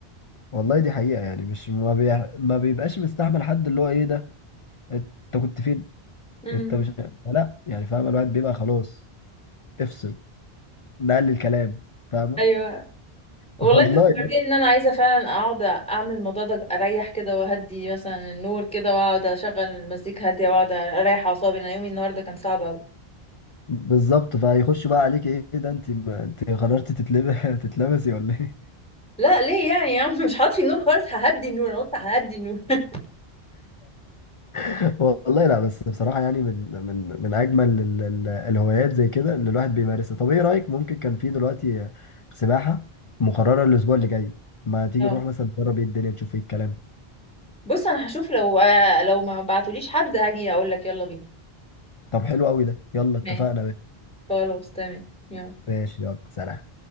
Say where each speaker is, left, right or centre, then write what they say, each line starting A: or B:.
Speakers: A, on the left; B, in the centre.
A: والله دي حقيقه يعني مش ما, بي... ما بيبقاش مستحمل حد اللي هو ايه ده انت كنت فين
B: امم
A: انت مش لا يعني فاهم الواحد بيبقى خلاص افصل نقلل الكلام فاهم
B: ايوه والله
A: <laughs> والله
B: انت فكرتني ان انا عايزه فعلا اقعد اعمل الموضوع ده اريح كده واهدي مثلا النور كده واقعد اشغل مزيكا هاديه واقعد اريح اعصابي انا يومي النهارده كان صعب قوي
A: بالظبط فهيخش بقى عليك ايه ده انت انت قررتي تتلبس <laughs> تتلبسي ولا ايه
B: لا ليه يعني يا عم مش هطفي النور خالص ههدي النور انا قلت ههدي النور <laughs>
A: <laughs> والله لا بس بصراحه يعني من من من اجمل ال- ال- الهوايات زي كده اللي الواحد بيمارسها طب ايه رايك ممكن كان في دلوقتي سباحه مقرره الاسبوع اللي جاي ما تيجي
B: اه
A: نروح مثلا نجرب ايه الدنيا تشوف ايه الكلام
B: بص انا هشوف لو لو ما بعتوليش حد هاجي اقول لك يلا بينا
A: طب حلو قوي ده يلا
B: ماشي
A: اتفقنا بس
B: خلاص تمام يلا
A: ماشي يلا سلام